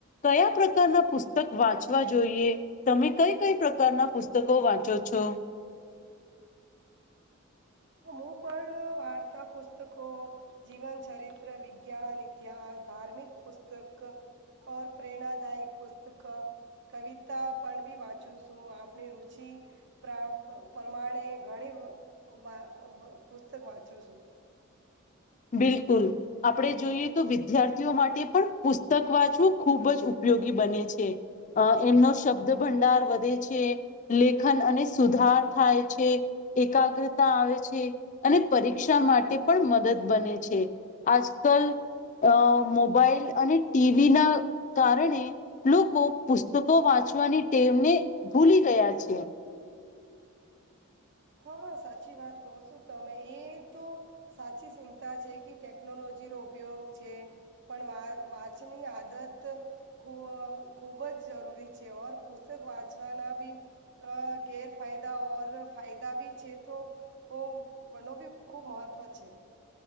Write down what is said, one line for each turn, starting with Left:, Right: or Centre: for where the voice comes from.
Left: કયા પ્રકારના પુસ્તક વાંચવા જોઈએ તમે કઈ કઈ પ્રકારના પુસ્તકો વાંચો છો
Right: <unintelligible> હું પણ વાર્તા પુસ્તકો જીવન ચરિત્ર વિજ્ઞાન ઇતિહાસ ધાર્મિક પુસ્તક ઓર પ્રેરણાદાયક પુસ્તક કવિતા પણ બી વાંચું છું આપણી રુચિ પ્રા પરમાણે ઘણી <unintelligible> પુસ્તક વાંચૂ છું
Left: બિલકુલ આપડે જોઈએ તો વિદ્યાર્થીઓ માટે પણ પુસ્તક વાંચવું ખૂબ જ ઉપયોગી બને છે હા એમનો શબ્દ ભંડાર વધે છે લેખન અને સુધાર થાય છે એકાગ્રતા આવે છે અને પરીક્ષા માટે પણ મદદ બને છે આજ કલ અ મોબાઈલ અને ટીવી ના કારણે લૂકો પુસ્તકો વાંચવાની ટેવ ને ભૂલી ગયા છે.
Right: હા સાચી વાત કહો છો તમે એ તો સાચી સિંતા છે કે ટેકનોલોજીનો ઉપયોગ છે પણ વા વાંચી ની આદત ખુઅ ખૂબ જ જરૂરી છે ઓર પુસ્તક વાંચવાના બી અ ગેરફાયદા ઓર ફાયદા બી છે તો ઓમ વનો બી ખૂબ મહત્ત્વ છે